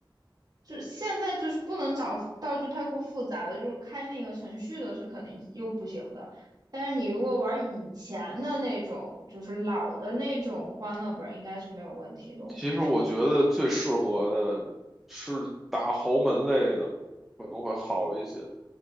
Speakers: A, on the right; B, in the centre.
A: 就是现在就是不能找道具太过复杂的，就是开那个程序的是肯定又不行的。但是你如果玩以前的那种，就是老的那种欢乐本，应该是没有问题的，我估计。
B: 其实我觉得最适合的是打豪门类的，可能会好一些。